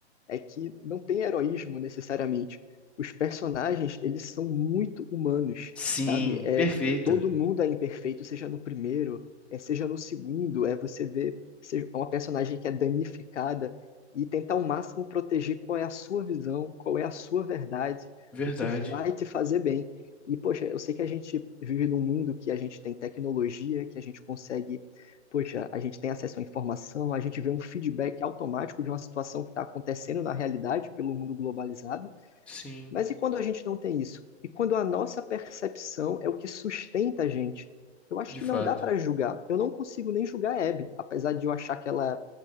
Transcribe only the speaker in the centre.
Sim,
perfeito.
Verdade.
Sim,
de
fato.